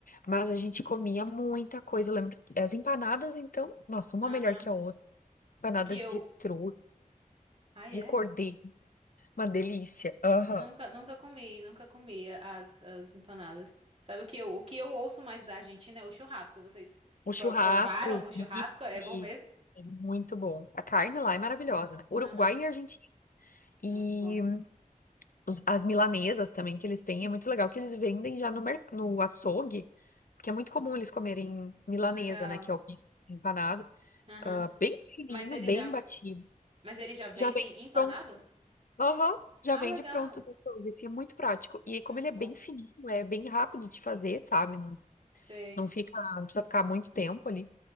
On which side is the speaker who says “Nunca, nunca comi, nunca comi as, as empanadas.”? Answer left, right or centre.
Right